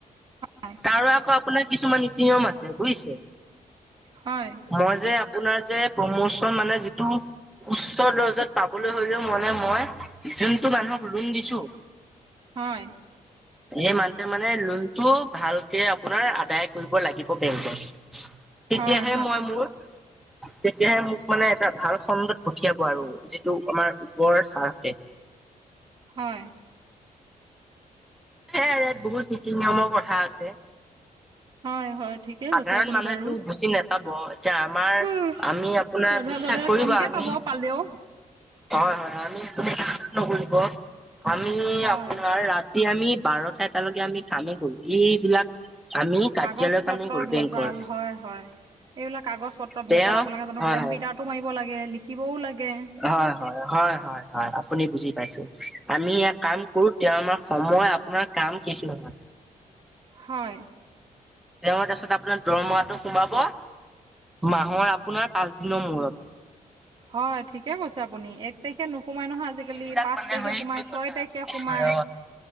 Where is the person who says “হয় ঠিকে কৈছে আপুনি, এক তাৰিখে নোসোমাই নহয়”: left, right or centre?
Right